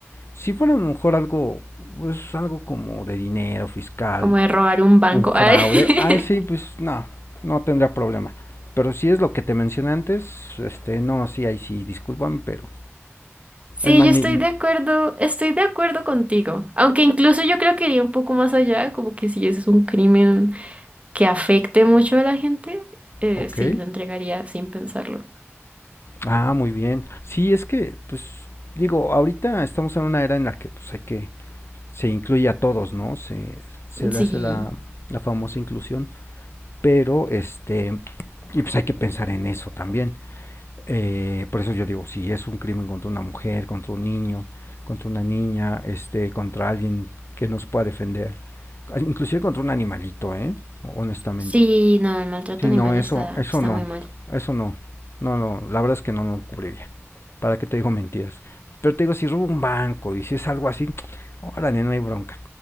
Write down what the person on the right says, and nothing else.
como de robar un banco.
Ay. <laughs>
Sí,
yo estoy
de acuerdo, estoy de acuerdo contigo. Aunque incluso yo creo que iría un poco más allá, como que si ese es un crimen. que afecte mucho a la gente, eh,
sí, lo entregaría sin pensarlo.
Sí,
sí, no, el maltrato
animal
está,
está
muy mal.